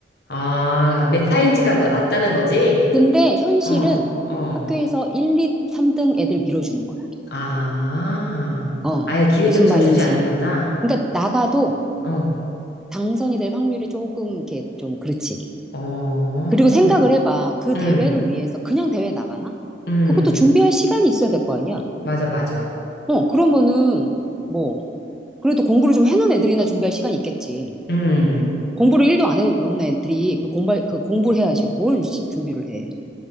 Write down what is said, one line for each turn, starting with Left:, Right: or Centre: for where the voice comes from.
Left: 아, 메타인지가 너- 낮다는 거지?
Centre: 근데 현실은
Left: 어, 어.
Centre: 학교에서 1, 2, 3등 애들 밀어주는 거야.
Left: 아,
Centre: 어,
Left: 아예 기회조차
Centre: 무슨 말인지.
Left: 주지 않는구나.
Centre: 그러니까 나가도
Left: 어,
Centre: 당선이 될 확률이 조금 이렇게 좀 그렇지.
Left: 어,
Centre: 그리고 생각을 해봐. 그 대회를
Left: 음,
Centre: 위해서 그냥 대회 나가나?
Left: 음,
Centre: 그것도 준비할 시간이 있어야 될 거 아니야?
Left: 맞아, 맞아.
Centre: 어, 그러면은 뭐 그래도 공부를 좀 해놓은 애들이나 준비할 시간이 있겠지.
Left: 음,
Centre: 공부를 일도안 해놓은 애들이 그 공부 그 공부를 해야지 뭘 시- 준비를 해.